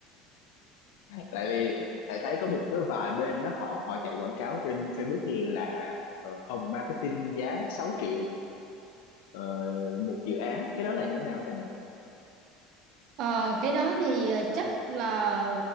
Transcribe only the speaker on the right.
Ờ, cái đó thì ờ, chắc là